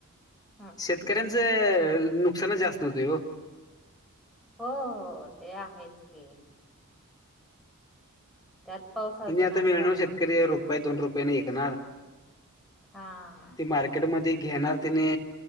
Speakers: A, in the centre; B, on the left.
A: हा.
B: शेतकऱ्यांचं नुकसानच जास्त होते हो.
A: हो हो ते आहेच की. त्यात पाऊस अजून
B: हि नाही आता
A: असा
B: मिळणार शेतकरी रुपय दोन रुपये नाही ऐकणार.
A: हा.
B: ती मार्केट म घेणार तिने